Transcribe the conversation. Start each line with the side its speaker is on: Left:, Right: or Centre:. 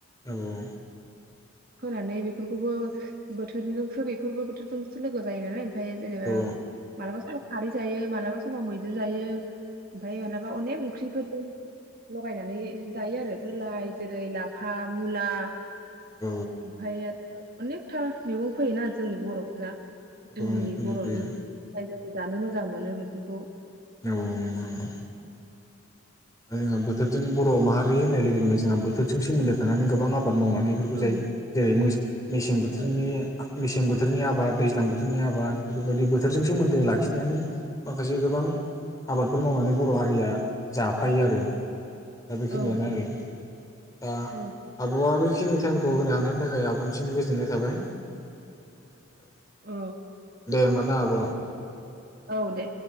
Left: औ औ।
Right: फोनानै बेफोरखौबो बोथोरजोंसो बेफोरबो बोथोरजोंसो लोगो जायो नालाय। फाय जेनेबा
Left: औ
Right: मालाबा समाव खारै जायो मालाबा समाव मैद्रु जायो । ओमफाय मालाबा अनेक ओंख्रिफोरजों लगायनानै जायो आरो बेफोर लाय जेरै लाफा मुला
Left: औ
Right: ओमफाय ओ अनेकथा मैगं फोयोना जों बरफ्रा जोंनि
Left: औ फैयो
Right: बरनि
Left: फैयो औ
Right: <unintelligible> जानो मोजां मोनो बेफोरखौ
Left: औ औ नंगौ नंगौ जोंहा बोथोरजों बर माहारि होननाय लोगो लोगोनो जोंहा बोथोरजों सोमोन्दो थानानै गोबां आब बाद मावनानै इफोरखौ
Right: औ
Left: जायो जेरै मोस मेसें बोथोरनि
Right: औ
Left: आ मेसें बोथ थोरनि आबाद दैज्लां बोथोरनि आबाद बेफोरबायदि बोथोरजों सोमोन्दो लाखिनानै माखासे गोबां आबादफोर मावनानै बर हारिया जा फायो आरो दा बेखिनियानो
Right: औ
Left: आरो दा
Right: औ
Left: आबआ बेखिनि टाइमखौ होनो हाना नि थाखाय आबनिसिम गोजोननाय थाबाय ।
Right: अ
Left: दे होमबा ना आब
Right: औ दे